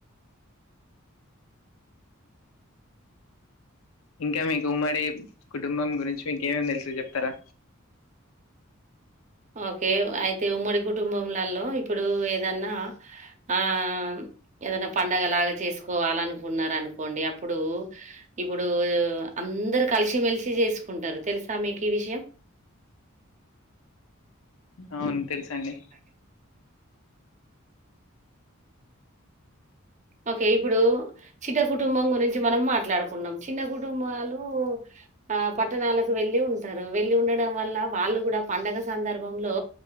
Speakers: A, on the left; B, on the right.
A: ఇంకా మీకు ఉమ్మడి కుటుంబం గురించి మీకేమేమి తెలుసు చెప్తారా
B: ఓకే అయితే ఉమ్మడి కుటుంబంలలో ఇప్పుడు ఏదన్నా ఆ ఏదైనా పండగలాగా చేసుకోవాల అనుకున్న అనుకోండి అప్పుడు ఇప్పుడు అందరు కలిసిమెలిసి చేసుకుంటారు తెలుసా మీకు ఈ విషయం
A: అవును తెలుసు అండి
B: అే ఓకే ఇప్పుడు చిన్న కుటుంబం గురించి మనం మాట్లాడుకున్నాం చిన్న కుటుంబాలు ఆ పట్టణాలకు వెళ్లి ఉంటారు వెళ్ళి ఉండడం వల్ల వాళ్ళు కూడా పండగ సందర్భంలో